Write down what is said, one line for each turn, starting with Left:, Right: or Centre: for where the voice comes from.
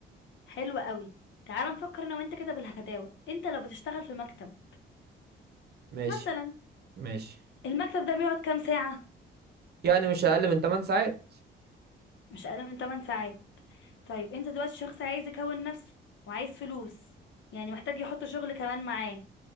Left: حلو قوي تعال نفكر انا وانت كده بالهداوه انت لو بتشتغل في مكتب
Right: ماشي
Left: مثلا
Right: ماشي
Left: المكتب ده بيقعد كام ساعه
Right: يعني مش اقل من 8 ساعات
Left: مش اقل من 8 ساعات طيب انت دلوقتي شخص عايز يكون نفسه وعايز فلوس يعني محتاج يحط شغل كمان معاه